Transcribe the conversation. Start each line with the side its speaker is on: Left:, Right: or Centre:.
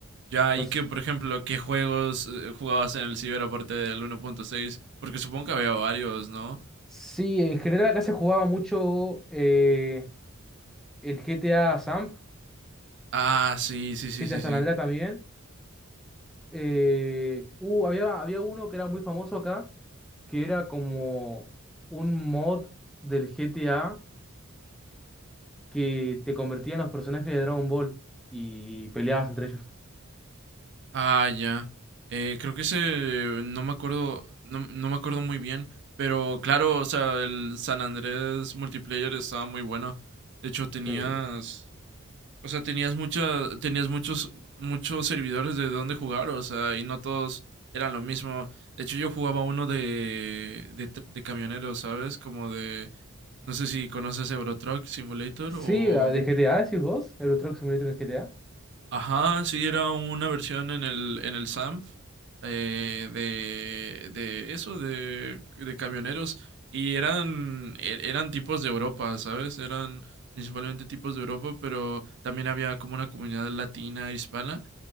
Right: Ya,
Centre: No
Right: y
Centre: sé.
Right: qué, por ejemplo, qué juegos eh, jugabas en el Ciber aparte del 1.6? Porque supongo que había varios, ¿no?
Centre: Sí, en general acá se jugaba mucho. eh, el GTA Samp,
Right: Ah, sí, sí, sí,
Centre: GTA
Right: sí,
Centre: San
Right: sí.
Centre: Andreas también. Eh, uh, había, había uno que era muy famoso acá, que era como un mod del GTA que te convertía en los personajes de Dragon Ball y peleabas entre ellos.
Right: Ah, ya. Eh, creo que ese, no me acuerdo, no, no me acuerdo muy bien, pero claro, o sea, el San Andrés multiplayer estaba muy bueno. De hecho, tenías,
Centre: Sí,
Right: o sea, tenías muchas, tenías muchos, muchos servidores de dónde jugar, o sea, y no todos eran lo mismo. De hecho, yo jugaba uno de, de, tr- de camioneros, ¿sabes? Como de, no sé si conoces Euro Truck Simulator
Centre: sí,
Right: o
Centre: ah, de GTA, decís vos, Euro Truck Simulator en GTA.
Right: Ajá, sí, era una versión en el, en el SAMP eh, de, de eso, de, de camioneros. Y eran, e- eran tipos de Europa, ¿sabes? Eran principalmente tipos de Europa, pero también había como una comunidad latina, e hispana.